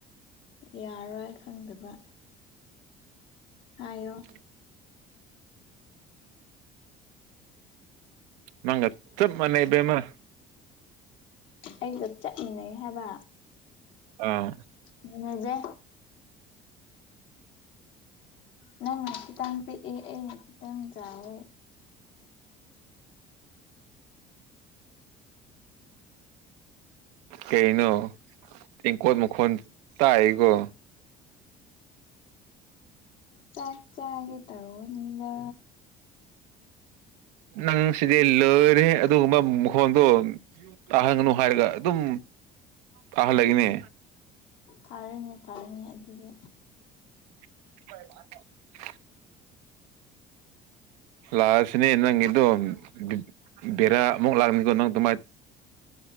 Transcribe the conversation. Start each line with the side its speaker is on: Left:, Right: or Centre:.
Left: ꯌꯥꯔꯣꯏ ꯈꯪꯗꯕ ꯍꯥꯏꯌꯣ
Right: <inaudible> ꯅꯪꯒ ꯆꯞ ꯃꯅꯩ ꯏꯕꯦꯝꯃ
Left: ꯑꯩꯒ ꯆꯠꯃꯤꯟꯅꯩ ꯍꯥꯏꯕ
Right: ꯑꯥ
Left: ꯃꯅꯦꯗꯦ ꯅꯪꯅ ꯈꯤꯇꯪ ꯄꯤꯛꯑꯦ ꯑꯩꯅ ꯈꯤꯇꯪ ꯆꯥꯎꯋꯦ
Right: ꯀꯩꯅꯣ ꯇꯦꯡꯀꯣꯠ ꯃꯈꯣꯟ ꯇꯥꯛꯏꯌꯦꯀꯣ
Left: ꯆꯥꯛ ꯆꯥꯒꯦ ꯇꯧꯕꯅꯤꯅ
Right: ꯅꯪ ꯁꯤꯗꯤ ꯂꯣꯏꯔꯦꯍꯦ ꯑꯗꯨꯒꯨꯝꯕ ꯃꯈꯣꯟꯗꯣ ꯇꯥꯍꯟꯒꯅꯨ ꯍꯥꯏꯔꯒ ꯑꯗꯨꯝ ꯇꯥꯍꯜꯂꯛꯏꯅꯦ
Left: ꯐꯔꯅꯦ ꯐꯔꯅꯦ ꯑꯗꯨꯗꯤ
Right: <unintelligible> ꯂꯥꯛꯑꯁꯨꯅꯦ ꯅꯪꯒꯤꯗꯣ ꯕꯤ ꯕꯤꯔꯥ ꯑꯃꯨꯛ ꯂꯥꯛꯅꯤꯀꯣ ꯅꯪ ꯗꯨꯃꯥꯏ